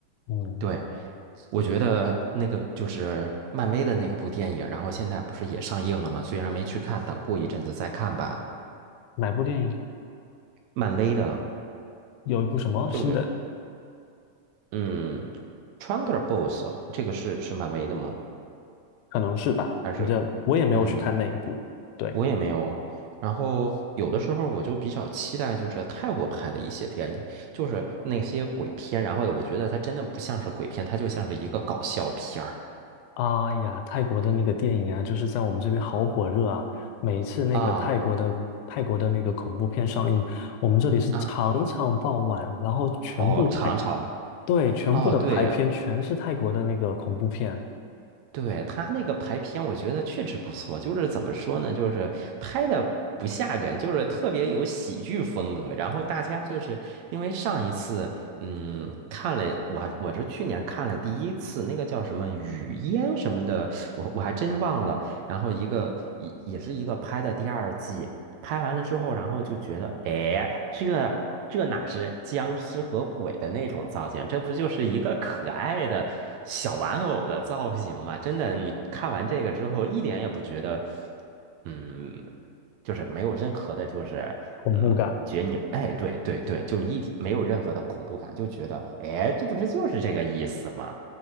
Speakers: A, on the left; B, on the right.
A: 嗯，
B: 对，我觉得那个就是漫威的那个部电影，然后现在不是也上映了吗？虽然没去看，等过一阵子再看吧。
A: 哪部电影？
B: 漫威的，
A: 有一部什么新的？
B: 就是嗯，Thunderbolts 哦这个是是漫威的吗？
A: 可能是吧，
B: 还是，
A: 反正我也没有去看那一部。
B: 嗯，
A: 对，
B: 我也没有。然后有的时候我就比较期待，就是泰国拍的一些电影，就是那些鬼片。然后我觉得它真的不像是鬼片，它就像是一个搞笑片儿
A: 哎呀，泰国的那个电影啊，就是在我们这边好火热啊。每一次那个泰国的泰国的那个恐怖片上映，
B: 啊
A: 我们这里是场场爆满，
B: 啊
A: 然后全部排，
B: 哦，尝尝吧。
A: 对，全部的排片全是泰国的那个恐怖片，
B: 哦，对，对，他那个排片，我觉得确实不错。就是怎么说呢，就是拍的不吓人，就是特别有喜剧风格。然后大家就是因为上一次，嗯，看了我我是去年看了第一次那个叫什么雨烟什么的，我我还真忘了。然后一个也也是一个拍的第二季，拍完了之后，然后就觉得，哎，这个这哪是僵尸和鬼的那种造型，这不就是一个可爱的小玩偶的造型吗？真的，你看完这个之后，一点也不觉得，嗯，就是没有任何的，就是嗯，
A: 恐怖感。
B: 感觉你，哎，对对对，就一体没有任何的恐怖感，就觉得，哎，这不是就是这个意思吗？